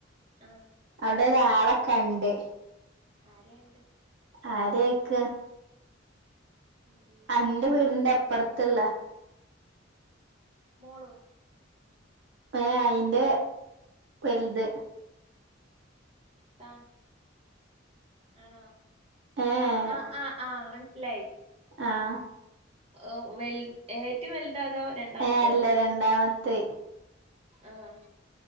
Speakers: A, on the right; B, on the right.
A: ആഹ്
B: അവ്ടെരാളെക്കണ്ട്
A: ആരെയാ കണ്ട്
B: ആരെയൊക്കെ
A: നെല്ലിത്താന
B: അന്റെ വീടിന്റെ അപ്പർത്തിള്ളെ
A: മോളോ
B: ഏഹ് അയിന്റെ വലുത്
A: സാൻ ആണോ
B: ഏഹ്
A: ആഹ് ആഹ് ആഹ് ആഹ് മന്സ്സിലായി
B: ആഹ്
A: ഓ വെൽ ഏറ്റവും വലുതാ അതോ രണ്ടാമത്തോ
B: ഏ അല്ല രണ്ടാമെത്തെഹ്
A: ആഹ്